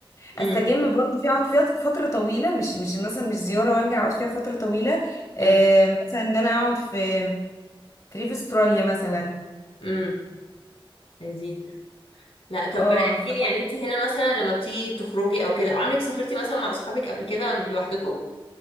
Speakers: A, on the left; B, on the left.
A: استجم
B: امم
A: برضه فيها اقعد فيها فتره طويله مش مش مثلا مش زياره وارجع اقعد فيها فتره طويله آه،
B: آه،
A: مثلا ان انا اقعد في في ريف استراليا مثلا
B: امم لذيذ لا طب
A: اه
B: احكي
A: ف...
B: لي يعني انت هنا مثلا لما بتيجي تخرجي او كده عمرك سافرتي مثلا مع اصحابك قبل كده من لوحدكم